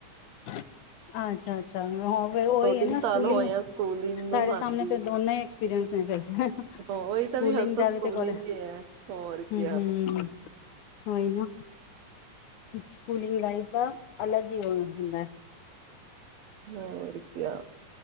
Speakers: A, on the left; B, on the right.
A: ਅੱਛਾ ਅੱਛਾ ਹਾਂ ਫਿਰ ਉਓਹੀ
B: ਦੋ ਤਿੰਨ
A: ਹੈ ਨਾ
B: ਸਾਲ
A: ਸਕੂਲਿੰਗ
B: ਹੋਏ ਆ ਸਕੂਲਿੰਗ
A: ਸਾਡੇ
B: ਨੂੰ ਹਾਂਜੀ
A: ਸਾਹਮਣੇ ਤੇ ਦੋਨਾਂ ਹੀ ਐਕਸਪੀਰੀੰਸ <inaudible>
B: ਉਹੀ ਤਾਂ
A: ਸਕੂਲਗ
B: ਹਜੇ ਤਾਂ
A: ਦਾ ਵੀ
B: ਸਕੂਲਿੰਗ
A: ਤੇ ਕੋਲੇ ਹੂੰ
B: ਹੀ ਹੈ ਹੋਰ ਕਿਆ
A: ਹੂੰ ਓਹੀ ਨਾ ਸਕੂਲਿੰਗ ਲਾਈਫ ਦਾ ਅਲੱਗ ਹੀ ਹੁੰਦਾ
B: ਹੋਰ ਕਿਆ